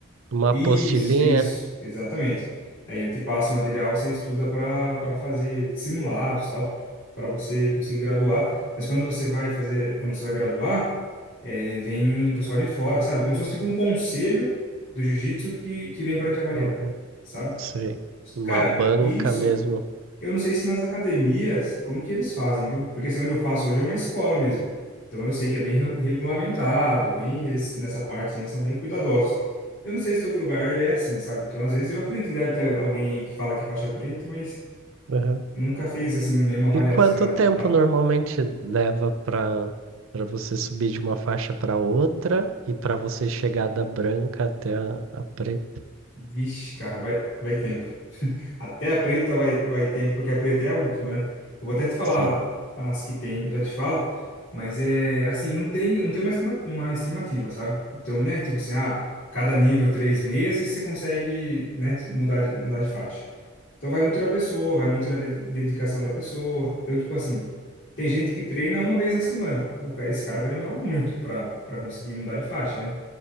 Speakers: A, on the right; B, on the left.
A: uma
B: Isso,
A: apostilinha,
B: isso, exatamente. Aí ele te passa o material, você estuda para para fazer simulados, tal, para você conseguir graduar. Mas quando você vai fazer, quando você vai graduar, é, vem um pessoal de fora, sabe? Como se fosse tipo um conselho do jiu-jitsu que, que vem para te avaliar,
A: uhum,
B: sabe?
A: sei, uma
B: Cara,
A: banca
B: isso
A: mesmo.
B: eu não sei se nas academias, como que eles fazem, viu? Porque assim, onde eu faço hoje é uma escola mesmo. Então eu sei que é bem re- regulamentado, é bem, eles, nessa parte assim, eles são bem cuidadosos. Eu não sei se todo lugar é assim, sabe? Então às vezes eu acredito que deve ter alguém aí que fala que é faixa preta, mas
A: Uhum.
B: nunca fez assim nenhuma avaliação,
A: E quanto tempo
B: tal.
A: normalmente leva para para você subir de uma faixa para outra e para você chegar da branca até a, a preta?
B: Vixe, cara, vai, vai tempo. Até a preta vai, vai ter, porque a preta é a última, né? Eu vou até te falar
A: Sim,
B: as que tem, já te falo, mas é assim, não tem, não tem uma, estima- uma estimativa, sabe? Então, né, tipo assim, ah, cada nível três meses você consegue, né, mudar de, mudar de faixa. Então vai muito da pessoa, vai muito da de- dedicação da pessoa. Então, tipo assim, tem gente que treina uma vez na semana. Então, cara, esse cara vai demorar muito para para conseguir mudar de faixa, né?